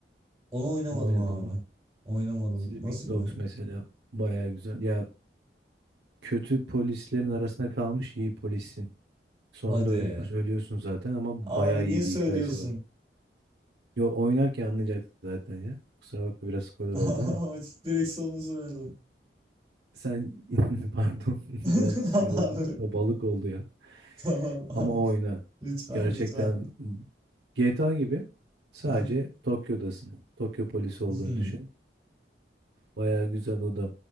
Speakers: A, on the right; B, on the right.
A: Onu oynamadım
B: Bunu oynadım
A: abi.
B: mı?
A: Oynamadım.
B: Sleeping
A: Nasıl bir
B: Dogs
A: oyun?
B: mesela bayağı güzel. Ya kötü polislerin arasında kalmış iyi polissin. Sonunda
A: Hadi.
B: ölü ölüyorsun zaten ama
A: Abi
B: bayağı iyi
A: niye söylüyorsun?
B: bir hikayesi var. Yo oynarken anlayacaksın zaten ya. Kusura bakma biraz spoiler
A: <laughs>
B: oldu ama.
A: Direkt sonunu söyledim.
B: Sen <laughs> pardon <laughs>
A: <laughs>
B: biraz
A: Abi,
B: şey oldu. Balık oldu ya.
A: Tamam
B: Ama
A: abi.
B: oyna.
A: Lütfen
B: Gerçekten
A: lütfen.
B: GTA gibi sadece
A: <laughs>
B: Tokyo'dasın. Tokyo polisi olduğunu
A: Hmm.
B: düşün. Baya güzel o da.